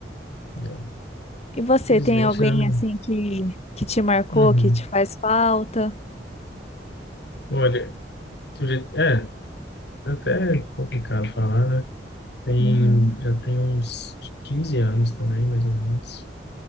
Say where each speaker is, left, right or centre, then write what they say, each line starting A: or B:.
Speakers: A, on the left; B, on the left.
A: É.
B: E você,
A: Felizmente,
B: tem alguém
A: né? Não...
B: assim que, que te marcou,
A: Uhum.
B: que te faz falta?
A: Olha, do jeito- é até complicado falar, né? Tem,
B: Uhum,
A: já tem uns 15 anos também, mais ou menos.